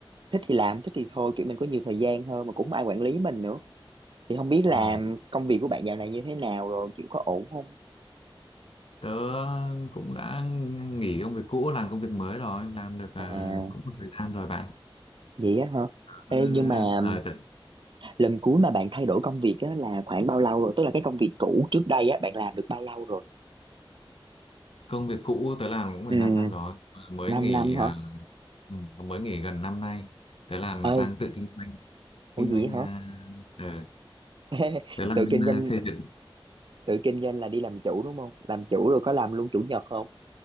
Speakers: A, on the right; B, on the left.
A: Thích thì làm, thích thì thôi. Kiểu mình có nhiều thời gian hơn mà cũng không ai quản lý mình nữa. Thì không biết làm
B: ồ
A: công việc của bạn dạo này như thế nào rồi, kiểu có ổn không?
B: tớ cũng đã nghỉ công việc cũ làm công việc mới rồi làm được à,
A: À,
B: cũng một thời gian rồi bạn
A: vậy á hả?
B: Ờ,
A: Ê, nhưng mà
B: à, tớ-
A: lần cuối mà bạn thay đổi công việc á là khoảng bao lâu rồi tức là cái công việc cũ trước đây á bạn làm được bao lâu rồi
B: công việc cũ tớ làm cũng phải
A: ừ
B: 5 năm rồi mới
A: 5
B: nghỉ
A: năm
B: à,
A: hả
B: ừ, mới nghỉ gần năm nay tớ làm
A: ơi
B: mà sang tự kinh doanh kinh
A: ủa gì
B: doanh à, ờ,
A: vậy hả <laughs>
B: tớ làm
A: tự
B: bên
A: kinh doanh
B: à, xây dựng
A: tự kinh doanh là đi làm chủ đúng không làm chủ rồi có làm luôn chủ nhật không